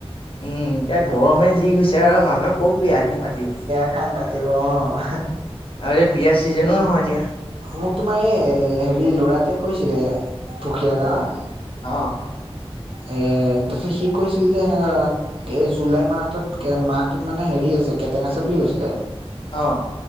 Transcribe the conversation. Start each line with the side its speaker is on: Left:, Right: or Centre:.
Left: উম', -উম', এতিয়া
Right: তাকে
Left: গৰমে যি গৈছে আৰু মানুহে ক'ত বিয়া খিনি পাতিব',
Right: বিয়াখান পাতিব অহ', হাহা',
Left: আৰে বিয়াৰ চিজনো নহয় এতিয়া',
Right: মোক তোমাৰ এই হেৰি ল'ৰাটোয়ে কৈছিলে, পুখীয়া গাওঁ',
Left: অহ',
Right: এ, তাৰপিছত সি কৈছিল যে এনেকা', কে জুলাই মাহটোত কে মাহটোত মানে হেৰি আছে কেটেং আছে বুলি কৈছিলা?
Left: অহ',